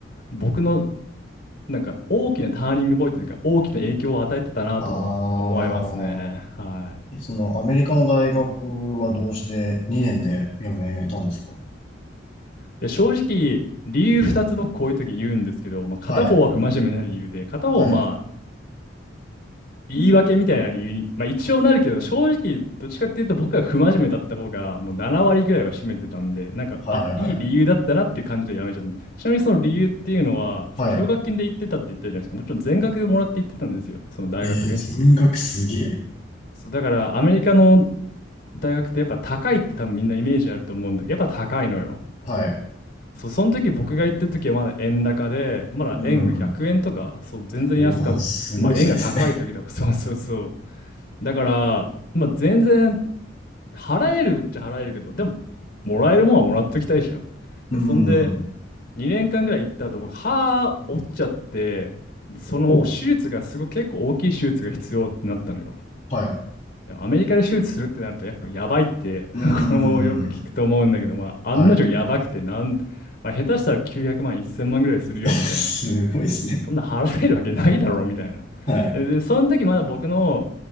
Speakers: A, on the left; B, on the left.
A: 僕のなんか大きなターニングポイントというか大きな影響を与えてたなとは思いますね。
B: ああ。
A: は
B: え、その、アメリカの大学はどうして2年で辞めたんですか
A: で正直、理由2つ僕こういう時言うんですけど、まあ、片方は不真面目な理由で、
B: はい。
A: 片方はまあ
B: はい。
A: 言い訳みたいな理由に、まあ、一応なるけど、正直どっちかっていうと僕は不真面目だった方がもう7割ぐらいは占めてたんで、なんか、
B: はいはいはい。
A: あ、いい理由だったなっていう感じでやめちゃったんで。ちなみにその理由っていうのは、その奨学金で行ってたって言ったじゃないですか。
B: はい。
A: もちろん全額もらって行ってたんですよ、その大学。
B: えー、全額すげえ。
A: そう、だからアメリカの大学ってやっぱ高いって多分みんなイメージあると思うんだけど、やっぱ高いのよ。
B: はい。
A: そう、その時僕が行った時はまだ円高で、まだ円が100円とか、
B: うん。
A: そう、全然安かった、
B: おお、すごい時代ですね。
A: まあ円が高い時だから、<laughs> そうそうそう。だから、まあ全然払えるっちゃ払えるけど、でも、もらえるもんはもらっときたいじゃん。
B: うん。
A: で、そんで、2年間ぐらい行った後、僕、歯折っちゃって、でその手術がすごく結構大きい手術が必要ってなったのよ。
B: お、はい。
A: でもアメリカで手術するってなるとやっぱやばいって
B: うん。
A: <laughs> これもよく聞くと思うんだけど、まあ、
B: はい。
A: 案の定やばくてなん、まあ、下手したら900万1000万ぐらいするよみたいな
B: <laughs> すごいですね。
A: そんな払えるわけないだろうみたいなで、
B: はい。
A: でその時まだ僕の、